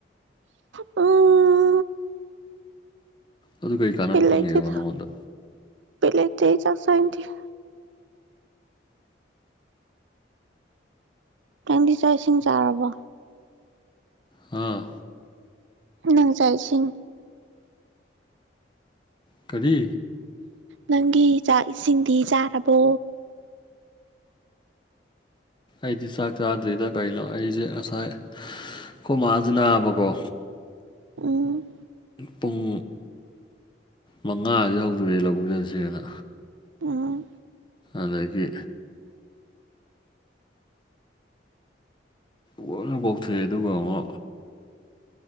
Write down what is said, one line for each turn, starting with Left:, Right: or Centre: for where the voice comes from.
Right: ꯑꯝ
Left: ꯑꯗꯨ ꯀꯩ ꯀꯥꯟꯅꯕ
Right: ꯕꯤꯠ
Left: ꯈꯪꯉꯦꯕ
Right: ꯂꯩꯇꯦꯗ
Left: ꯅꯪꯉꯣꯟꯗ
Right: ꯕꯤꯠ ꯂꯩꯇꯦ ꯑꯩ ꯆꯅꯤꯡꯗꯦb ꯅꯪꯗꯤ ꯆꯥꯛ ꯏꯁꯤꯡ ꯆꯥꯔꯕꯣ
Left: ꯑꯥ
Right: ꯅꯪ ꯆꯥꯛ ꯏꯁꯤꯡ
Left: ꯀꯔꯤ
Right: ꯅꯪꯒꯤ ꯆꯥꯛ ꯏꯁꯤꯡꯗꯤ ꯆꯥꯔꯕꯣ
Left: ꯑꯩꯗꯤ ꯆꯥꯛ ꯆꯥꯗ꯭ꯔꯤꯗ ꯀꯩꯅꯣ ꯑꯩꯁꯦ ꯉꯁꯥꯏ ꯑꯈꯣꯏ ꯃꯥꯁꯨ ꯅꯥꯕꯀꯣ
Right: ꯎꯝ
Left: ꯄꯨꯡ ꯃꯪꯉꯥꯗ ꯍꯧꯗꯣꯔꯛꯑꯦ ꯂꯧꯕꯨꯛ ꯆꯠꯁꯦꯅ
Right: ꯑ
Left: ꯑꯗꯒꯤ ꯀꯣꯟꯅ ꯀꯣꯛꯊꯣꯛꯑ ꯑꯗꯨꯒ ꯉꯣ